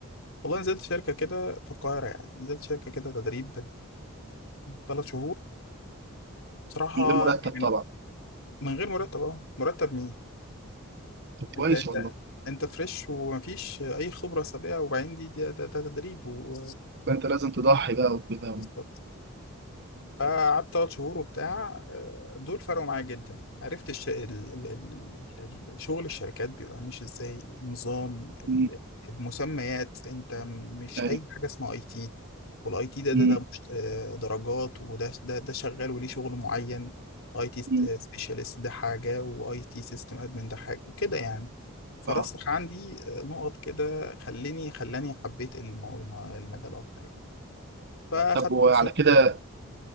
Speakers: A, on the left; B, on the right.
A: والله نزلت شركه كده في القاهره يعني نزلت شركه كده تدريب ثلاث شهور بصراحه
B: غير مرتب
A: يعني
B: طبعا
A: من غير مرتب اه مرتب
B: طب
A: انت
B: كويس
A: انت
B: والله
A: انت فريش ومفيش اي خبره سابقه وبعدين دي ده, ده, ده تدريب و
B: فانت لازم تضحي بقى وكده
A: بالظبط آه، قعدت ثلاث شهور وبتاع آه، دول فرقوا معايا جدا عرفت الش... ال... ال... ال... ال- ال- شغل الشركات بيبقى ماشي ازاي النظام ال-
B: مم.
A: المسميات انت مش
B: ايوه
A: اي حاجه اسمها اي تي والاي تي ده ده
B: مم.
A: ده مش آه، درجات وده ده ده شغال وليه شغل معين اي تي
B: مم.
A: سبيشالست ده حاجه واي تي سيستم ادمن ده حاجه وكده يعني فرسخ
B: اه
A: عندي آه، نقط كده خليني خلاني حبيت المو- المجال اكتر يعني فاخدت
B: طب وعلى
A: كورسات
B: كده